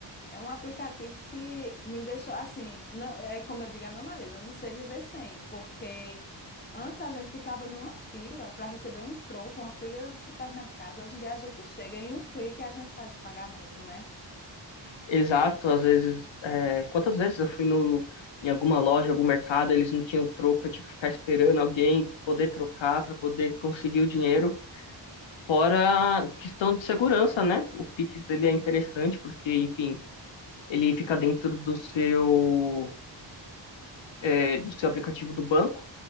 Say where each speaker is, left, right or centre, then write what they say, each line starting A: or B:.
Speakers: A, on the left; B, on the left.
A: É um aplicativo que me deixou assim, não, é como eu digo a meu marido, eu não sei viver sem, porque antes a gente ficava numa fila para receber um troco, uma fila de supermercado. Hoje em dia a gente chega em um clique e a gente faz o pagamento, né?
B: exato, às vezes, é, quantas vezes eu fui no, em alguma loja, algum mercado, eles não tinham troco, eu tinha que ficar esperando alguém poder trocar para poder conseguir o dinheiro. Fora a questão de segurança, né? O Pix dele é interessante porque, enfim, ele fica dentro do seu, é, do seu aplicativo do banco.